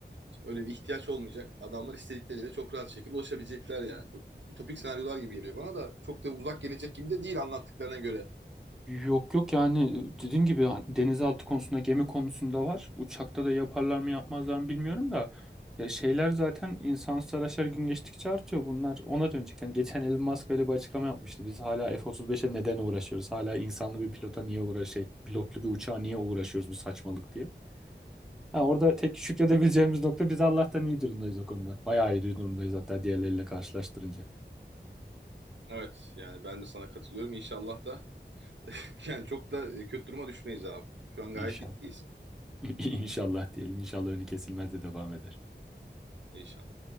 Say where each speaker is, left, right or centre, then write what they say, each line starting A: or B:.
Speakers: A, on the right (about 85°); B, in the centre.
A: Şimdi öyle bir ihtiyaç olmayacak. Adamlar istedikleriyle çok rahat şekilde ulaşabilecekler yani. Çok ütopik senaryolar gibi geliyor bana da çok da uzak gelecek gibi de değil anlattıklarına göre.
B: Yok yok yani dediğim gibi hani, denizaltı konusunda gemi konusunda var. Uçakta da yaparlar mı yapmazlar mı bilmiyorum da ya şeyler zaten insansız araçlar gün geçtikçe artıyor bunlar ona dönecek. Yani geçen Elon Musk böyle bir açıklama yapmıştı. Biz hala F-35'e neden uğraşıyoruz? Hala insanlı bir pilota niye uğra şey pilotlu bir uçağa niye uğraşıyoruz bu saçmalık diye. Ha, orada tek şükredebileceğimiz nokta biz Allah'tan iyi durumdayız o konuda. Bayağı iyi durumdayız hatta diğerleriyle karşılaştırınca.
A: Evet yani ben de sana katılıyorum. İnşallah da <laughs> yani çok da e, kötü duruma düşmeyiz abi. Şu an
B: İnşallah.
A: gayet iyiyiz.
B: <laughs> İnşallah diyelim. İnşallah önü kesilmez de devam eder.
A: İnşallah.